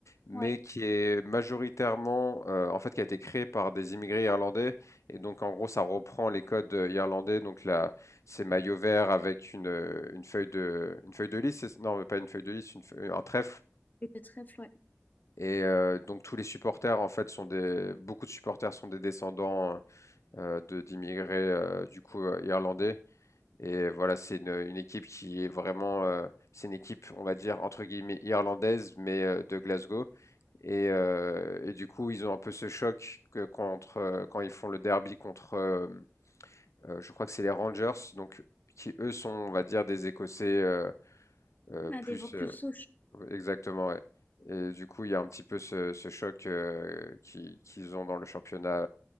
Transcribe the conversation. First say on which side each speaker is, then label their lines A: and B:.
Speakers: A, on the left; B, on the left.
A: mais
B: Ouais,
A: qui est majoritairement, euh, en fait, qui a été créé par des immigrés irlandais. Et donc, en gros, ça reprend les codes euh, irlandais. Donc là, c'est maillot vert avec une, euh, une feuille de, une feuille de lys. c'est- Non, pas une feuille de lys, une feuille- un trèfle.
B: c'est très ouais.
A: Et euh, donc tous les supporters en fait sont des beaucoup de supporters sont des descendants euh, de d'immigrés euh, du coup euh, irlandais et voilà c'est une, une équipe qui est vraiment euh, c'est une équipe on va dire entre guillemets irlandaise mais euh, de Glasgow et, euh, et du coup, ils ont un peu ce choc que contre, euh, quand ils font le derby contre, euh, euh, je crois que c'est les Rangers, donc qui eux sont, on va dire, des Écossais euh, euh, plus
B: Ah, des purs
A: euh, exactement. ouais. Et du coup, il y a un petit peu ce, ce choc euh, qui- qu'ils ont dans le championnat